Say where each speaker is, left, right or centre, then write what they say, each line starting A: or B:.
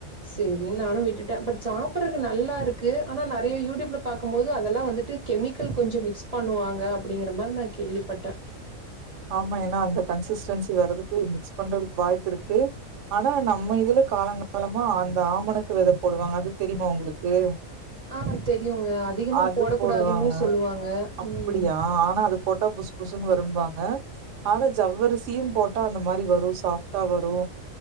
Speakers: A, on the right; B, on the right.
A: சரின். நானு விட்டுட்ட பட் சாப்படறக்கு நல்லாருக்கு ஆனா நெறய யூடியூப்ல பாக்கும்போது அது அதெல்லா வந்துட்டு கெமிக்கல் கொஞ்சோ மிக்ஸ் பண்ணுவாங்க அப்படிங்கற மாரி நா கேள்விப்பட்ட
B: ஆமா ஏன்னா அந்த கன்சிஸ்டன்சி வர்றக்கு மிக்ஸ் பண்றதுக்கு வாய்ப்பு இருக்கு ஆனா நம்ம இதுல காலங்காலமா அந்த ஆமனுக்கு வெத போடுவாங்க அது தெரியுமா உங்களுக்கு
A: ஆ தெரியுங்க அதிகமா
B: அது
A: போடக்கூடாதுன்னு
B: போடுவாங்க
A: சொல்லுவாங்க
B: அப்டியா
A: ம்
B: ஆனா அது போட்டா புசு புசுனு வரும்பாங்க ஆ ஆனா ஜவ்வரிசியு போட்டா அந்த மாரி வரும் சாஃப்டா வரு